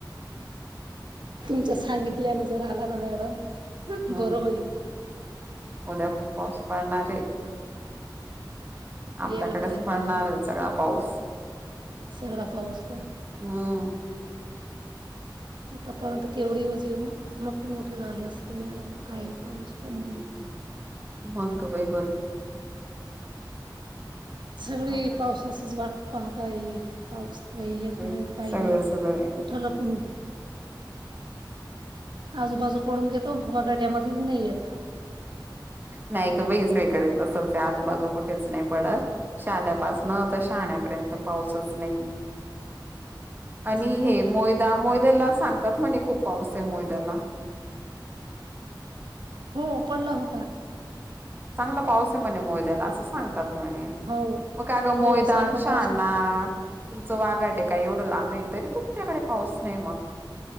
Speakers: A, on the right; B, on the right.
A: तुमच्या सांगितल्यानुसार आला ना मॅडम
B: हम्म
A: बरं होईल.
B: उद्या खूप पाऊस पडणार आहे. आपल्याकडेच
A: यायला पाहिजेल
B: पडणार
A: मॅडम
B: आहे सगळा पाऊस.
A: सगळा पाऊस का
B: हम्म.
A: आतापर्यंत केवढी म्हणजे म मक्के मोठे झाले असते मॅडम कायं पाऊस पण नाही येते.
B: म क बाई बरोबर हायं.
A: सगळी
B: आता
A: पावसाचीच वाट पाहत आहे. पाऊस काही येत
B: सगळे
A: नाही काही
B: सगळे
A: नाही
B: सगळे
A: कुठं लपून आजूबाजू पडून घेतो वगड्यामध्ये नाहीच येत.
B: नाही ग बाई सगळीकडे तसंच आजूबाजू कुठेच नाही पडत. शाद्यापासनं तर शाहण्यापर्यंत पाऊसच नाहीये. आणि
A: असं का
B: हे मोयदा मोयद्याला सांगतात म्हणे खूप पाऊस आहे मोयद्याला.
A: हो पडला होता.
B: चांगला पाऊस आहे, म्हणे मोयद्याला असं सांगतात. म्हणे
A: हो
B: मग का गं
A: हो
B: मोयदा
A: चांगला
B: आन शाना
A: पाऊस आहे ना
B: तुमचं वागाड आहे काय एवढं लांब नाही तरी तुमच्याकडे पाऊस नाही मग.